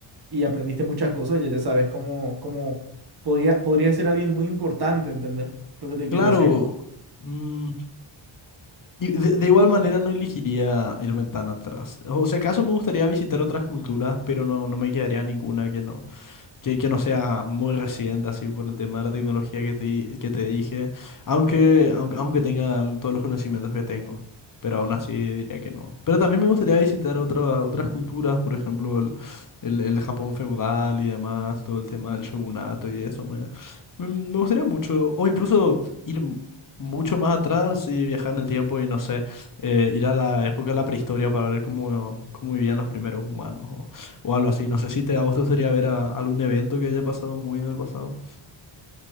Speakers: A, on the right (about 50°); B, on the left (about 40°).
A: y aprendiste muchas cosas, ya ya sabes cómo, cómo podría, podría ser alguien muy importante, ¿entendés? Lo que te quiero
B: Claro.
A: decir.
B: mm, y de, de igual manera no elegiría irme tan atrás. O sea, acaso me gustaría visitar otras culturas, pero no, no me quedaría ninguna que no. que, que no sea muy resiliente así por el tema de la tecnología que te, di- que te dije, aunque, aunque, aunque tenga todos los conocimientos que tengo, pero aún así diría que no. Pero también me gustaría visitar otra, otras culturas, por ejemplo, el, el, el Japón feudal y demás, todo el tema del shogunato y eso, me, me, me gustaría mucho, o incluso ir m- mucho más atrás y viajar en el tiempo y no sé, eh, ir a la época de la prehistoria para ver cómo, cómo vivían los primeros humanos o algo así. No sé si te, a vos te gustaría ver a algún evento que haya pasado muy en el pasado.